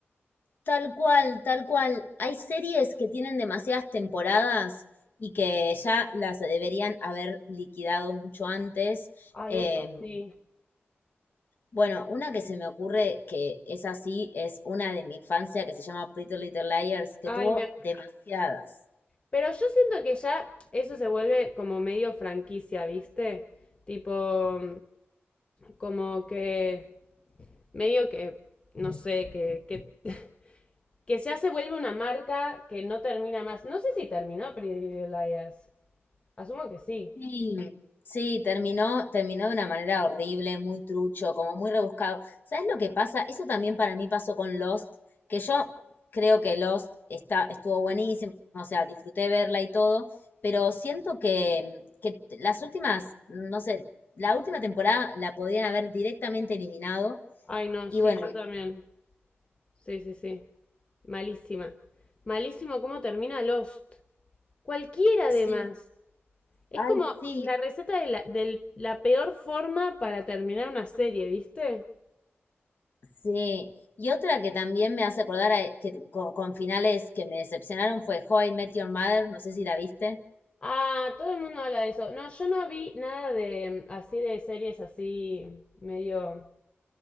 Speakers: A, on the left (about 45°); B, on the left (about 25°).
A: tal cual, tal cual. Hay series que tienen demasiadas temporadas y que ya las deberían haber liquidado mucho antes.
B: Ay,
A: Eh,
B: eso sí.
A: bueno, una que se me ocurre que es así, es una de mi infancia que se llama Pretty Little Liars, que
B: Ay,
A: tuvo
B: me...
A: demasiadas.
B: Pero yo siento que ya eso se vuelve como medio franquicia, ¿viste? Tipo, como que medio que, no sé, que, que <laughs> que ya se vuelve una marca que no termina más. No sé si terminó Pretty Little Liars. Asumo que sí.
A: Sí, sí, terminó, terminó de una manera horrible, muy trucho, como muy rebuscado. ¿Sabes lo que pasa? Eso también para mí pasó con Lost, que yo creo que Lost está, estuvo buenísimo, o sea, disfruté verla y todo, pero siento que, que las últimas, no sé, la última temporada la podrían haber directamente eliminado.
B: Ay, no,
A: Y
B: sí,
A: bueno,
B: yo también. Sí, sí, sí. Malísima. Malísimo cómo termina Lost. Cualquiera además.
A: sí,
B: Es
A: ay,
B: como
A: sí,
B: la receta de la, de la peor forma para terminar una serie, ¿viste?
A: sí. Y otra que también me hace acordar a- que con, con finales que me decepcionaron fue How I Met Your Mother, no sé si la viste.
B: Ah, todo el mundo habla de eso. No, yo no vi nada de mm, así de series así medio